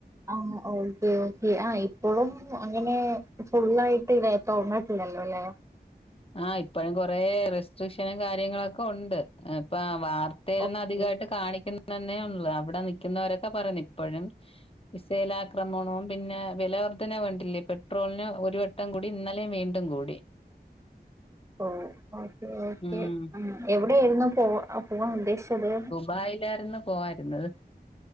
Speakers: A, on the right (about 15°); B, on the left (about 35°).
A: ആ ഓക്കേ ഓക്കേ ആ ഇപ്പോഴും അങ്ങനെ ഫുള്ളായിട്ട് തുറന്നിട്ടില്ലല്ലോ ലേ
B: ആ ഇപ്പഴും കൊറേ റെസ്ട്രിക്ഷനും കാര്യങ്ങളൊക്കെ ഒണ്ട് ഇപ്പൊ വാർത്തയിൽ ഒന്നും
A: ഓക്കെ
B: അധികായിട്ട് കാണിക്കുന്ന തന്നേ ഒള്ളൂ ഇവിടെ നിക്കുന്നോരൊക്കെ പറഞ്ഞു ഇപ്പോഴും മിസൈലാക്രമണവും പിന്നെ വില വർധന വേണ്ടില്ലേ പെട്രോളിന് ഒരു വട്ടം കൂടി ഇന്നലേം വീണ്ടും കൂടി
A: ഓ ഓക്കേ ഓക്കേ
B: ഉം
A: എവിടെയായിരുന്നു പോ പോവാൻ ഉദ്ദേശിച്ചത്
B: ദുബായില്ലാരുന്നു. പോവാര്ന്നത്.